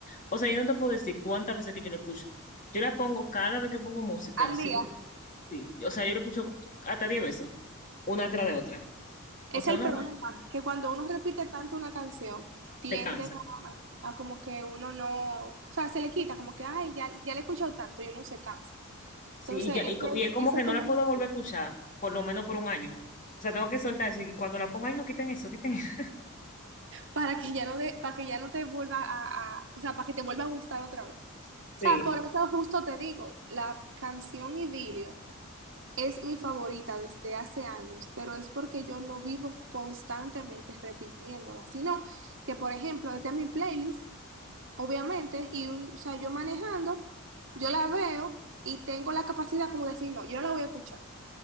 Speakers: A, on the left; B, on the right.
A: O sea, yo no te puedo decir cuántas veces que yo la escucho. Yo la pongo cada vez que pongo música.
B: Al
A: Sí,
B: día.
A: pon- sí. O sea, yo la escucho hasta 10 veces, una tras de otra.
B: Es
A: O sea,
B: el
A: una
B: problema,
A: más,
B: que cuando uno repite tanto una canción, tiende
A: te cansa.
B: a, a como que uno no, o sea, se le quita, como que, ay, ya, ya le he escuchado tanto y uno se cansa.
A: Sí,
B: Entonces,
A: y, ya,
B: ese,
A: y, co- y es como
B: eso
A: que
B: es
A: no
B: como
A: la puedo volver a
B: <laughs>
A: escuchar, por lo menos por un año. O sea, tengo que soltar eso. Y cuando la pongo ahí, no quiten eso, quiten eso. <laughs>
B: para que ya no de- para que ya no te vuelva a, a- o sea, para que te vuelva a gustar otra vez. O
A: Sí,
B: sea, por eso justo te digo, la canción Idilio es mi favorita desde hace años, pero es porque yo no vivo constantemente repitiéndola, sino que, por ejemplo, esta es mi playlist. obviamente, y un- o sea, yo manejando, yo la veo y tengo la capacidad como de decir, no, yo no la voy a escuchar.